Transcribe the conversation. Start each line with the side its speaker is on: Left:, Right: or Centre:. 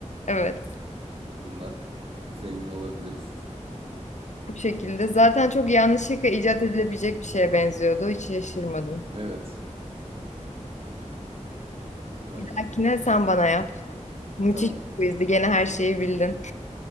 Left: Evet
Right: Bundan zengin olabiliriz.
Left: bu şekilde. Zaten çok yanlışlıkla icat edilebilecek bir şeye benziyordu. Hiç şaşırmadım.
Right: Evet, aynen.
Left: Makine sen bana yap. Müthiş
Right: Tamam,
Left: bir quizdi. Gene her şeyi bildin.